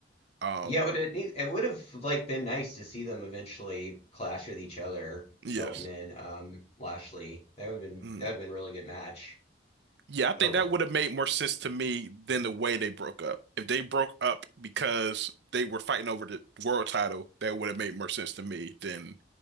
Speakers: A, on the right (about 65°); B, on the left (about 35°).
A: Um
B: Yeah, it would it, need- it would have like been nice to see them eventually clash with each other,
A: yes.
B: Shelton and um Lashley. That would have been
A: Mm.
B: that would have been a really good match.
A: Yeah, I think
B: Oh well.
A: that would have made more sense to me than the way they broke up. If they broke up because they were fighting over the world title, that would have made more sense to me than